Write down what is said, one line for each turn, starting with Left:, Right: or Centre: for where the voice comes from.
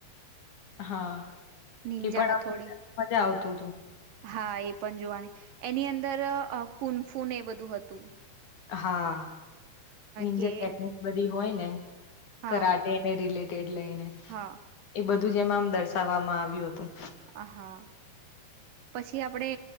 Left: હા
Right: નિંજા
Left: એ પણ
Right: હથોડી
Left: મજા આવતું હતું
Right: હા એ પણ જોવાની એની અંદર કુનફૂન એ બધું હતું
Left: હા જર
Right: કે
Left: ટેકનિક બધી હોય ને
Right: હા
Left: કરાટેને રિલે લઈને
Right: હા
Left: એ બધું જ એમાં આમ દર્શાવવામાં આવ્યું હતું
Right: હ હા પછી આપડે